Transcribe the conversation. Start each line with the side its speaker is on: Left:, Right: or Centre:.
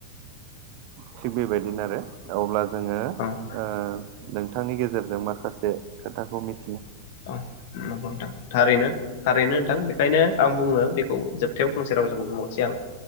Right: थिग बेबायदिनो आरो अब्ला।
Left: <inaudible>
Right: जोङो ओ नोंथांनि गेजेरजों माखासे खोथाखौ मिथि।
Left: औ नंगौ नोंथां थारैनो। थारैनो होनथां बेनिखायनो आं बुङो बेखौ जोबथायाव फंसे रावजों बुंबहरनोसै आं